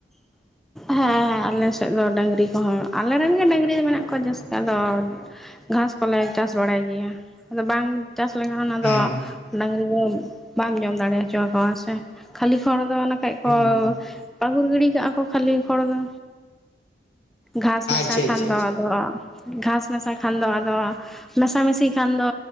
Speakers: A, in the centre; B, on the left.
A: ᱦᱮᱸ ᱦᱮᱸ ᱟᱞᱮ ᱥᱮᱫ ᱫᱚ ᱰᱟᱹᱝᱨᱤ ᱠᱚᱦᱚᱸ ᱟᱞᱮ ᱨᱮᱱ ᱜᱮ ᱰᱟᱹᱝᱨᱤ ᱫᱚ ᱢᱮᱱᱟᱜ ᱠᱚᱣᱟ ᱡᱟᱹᱥᱛᱤ ᱟᱫᱚ ᱜᱷᱟᱸᱥ ᱠᱚᱞᱮ ᱪᱟᱥ ᱵᱟᱲᱟᱭ ᱜᱮᱭᱟ ᱟᱫᱚ ᱵᱟᱝ ᱪᱟᱥ ᱞᱮᱠᱷᱟᱱ ᱚᱱᱟᱫᱚ
B: ᱦᱮᱸ ᱦᱮᱸ
A: ᱾ ᱰᱟᱝᱨᱤ ᱫᱚ ᱵᱟᱢ ᱡᱚᱢ ᱫᱟᱲᱮ ᱦᱚᱪᱚ ᱟᱠᱚᱣᱟ ᱥᱮ ᱠᱷᱟᱹᱞᱤ ᱯᱷᱚᱲ ᱫᱚ ᱚᱱᱟ ᱠᱷᱟᱡ ᱠᱚ
B: ᱦᱮᱸ ᱦᱮᱸ
A: ᱯᱟᱹᱜᱩᱨ ᱜᱤᱰᱤ ᱠᱟᱜᱼᱟ ᱠᱚ ᱠᱷᱟᱹᱞᱤ ᱯᱷᱚᱲ ᱫᱚ ᱜᱷᱟᱥ
B: ᱟᱪᱪᱷᱟ
A: ᱢᱮᱥᱟ ᱠᱷᱟᱱ
B: ᱟᱪᱪᱷᱟ
A: ᱫᱚ
B: ᱟᱪᱪᱷᱟ
A: ᱟᱫᱚ ᱜᱷᱟᱥ ᱢᱮᱥᱟ ᱠᱷᱟᱱ ᱫᱚ‌ ᱟᱫᱚᱣᱟ ᱢᱮᱥᱟᱢᱤᱥᱤ ᱠᱷᱟᱱ ᱫᱚ